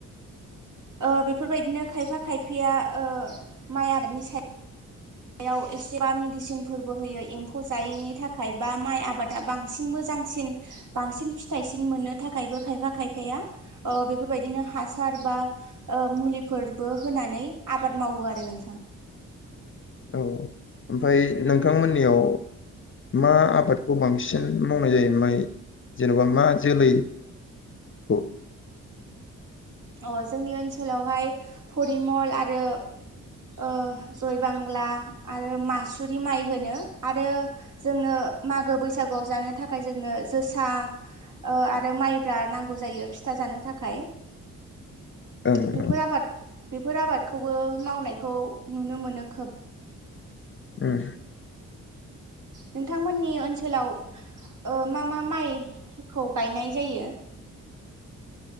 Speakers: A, on the right; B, on the left.
A: ओ बेफोरबायदिनो खायफा खायफिया ओ माइ आबादनि सायाव हायाव एसेबा मेडिसिनफोरबो होयो एम्फौ जायैनि थाखाय बा माइ आबादा बांसिन मोजां बांसिन बांसिन फिथाइसिन मोननो थाखायबो खायफा खायफाया ओ बेफोरबायदिनो हासार बा ओ मुलिफोरबो होनानै आबाद मावो आरो नोंथां।
B: औ ओमफ्राय नोंथांमोननियाव मा आबादखौ बांसिन मावनाय जायो माय जेन'बा मा जोलै? औ।
A: अ जोंनि ओनसोलावहाय परिमल आरो ओ जय बांला आरो मासुरि माइ होनो आरो जोंङो मागो बैसागुआव जानो थाखाय जोंनो जोसा ओ आरो माइब्रा नांगौ जायो फि फिथा जानो थाखाय
B: <inaudible> ओं
A: बेफोर
B: ओं
A: आबाद बेफोर आबादखौबो मावनायखौ नुनो मोनो खोब
B: उम
A: नोंथांमोननि ओनसोलाव ओ मा मा माइखौ गायनाय जायो?
B: <inaudible>